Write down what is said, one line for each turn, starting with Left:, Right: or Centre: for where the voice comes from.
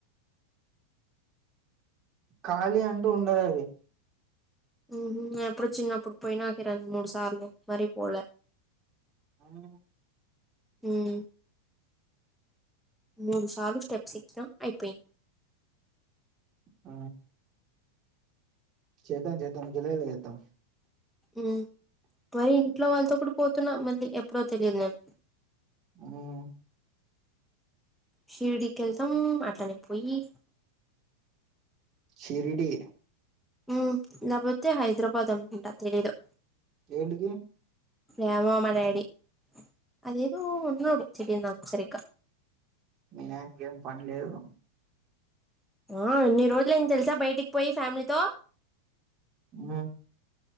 Right: ఖాళీ అంటు ఉండదది
Centre: మ్ హు ఎప్పుడు చిన్నప్పుడు పోయిన రికి రెండు మూడు సార్లు మరి పోలే
Right: ఔన
Centre: మ్ మూడు సార్లు స్టెప్స్ ఇచ్చిన అయిపోయిం
Right: ఆ చేద్దాం చేద్దాం జులై ల చే ద్దాం
Centre: మ్ మరి ఇంట్లొ వాళ్ళతొ కూడ్ పోతున్న మళ్ళీ ఎప్పుడో తెలియదు నకి
Right: ఉమ్
Centre: షిర్డికి కేల్తమ్ అట్లనే పోయ్యి
Right: శిరిడి
Centre: మ్ లేకపోతే హైద్రాబాద్ అనుకుంట తెలియ్దు
Right: ఏంటికి
Centre: ఏమో మ డాడి అది ఏదొ ఉన్నోడిచ్చిండు నాక్ సరిగ
Right: మినాయ్నకి ఏం పని లేదు
Centre: ఆ ఏన్ని రోజులైది తెలుసా బయటికి పోయి ఫ్యామిలీతో
Right: మ్